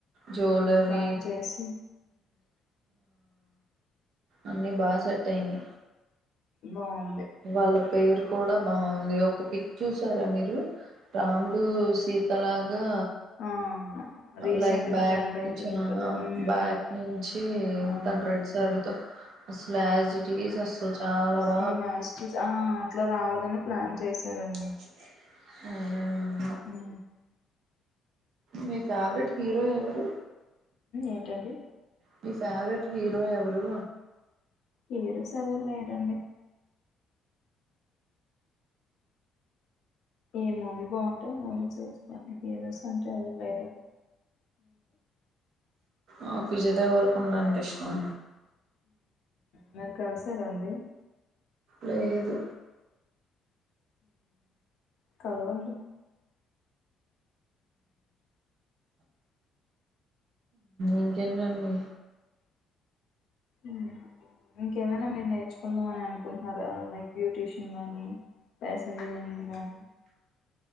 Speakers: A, on the right; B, on the left.
A: జ్యువెలరీ
B: ప్లాన్ చేసి
A: అన్నీ బా సట్యియి
B: బా
A: వాళ్ళ పేరు కూడా బాగుంది ఒక పిక్ చూసారా మీరు రాముడు సీతలాగా
B: ఆ రీసెంట్గా
A: లైక్ బ్యాక్
B: ట్రెండ్ అయితుంది
A: ను
B: కదా మ్
A: బ్యాక్ నుంచి
B: అవును
A: తన రెడ్ సారి అసలజ సస్లు చాల బ
B: <unintelligible> అట్లా రావాలని ప్లాన్ చేశారుడి
A: ఆ
B: ఉ
A: మీ ఫేవరెట్ హీరో ఎవరు
B: ఏంటండి
A: మీ ఫేవరెట్ హీరో ఎవరు
B: హీరోస్ ఎవరు లేరండి ఏ మూవీ బాగుంటే ఆ మూవీ చూస్తా హీరోస్ అంటే ఎవరు లేరు
A: ఆ విజయ్ దొవరకొండ అంటే ఇష్టంమ
B: మరి కలిసారండి
A: లేదు
B: కలవండి
A: ఇంకేంటండి
B: ఉమ్ ఇంకేమైనా మీరు నేర్చుకుందాం అని అనుకుంటున్నారా లైక్ బ్యూటీషియన్ గాని ఫ్యాషన్ డిజైనింగండి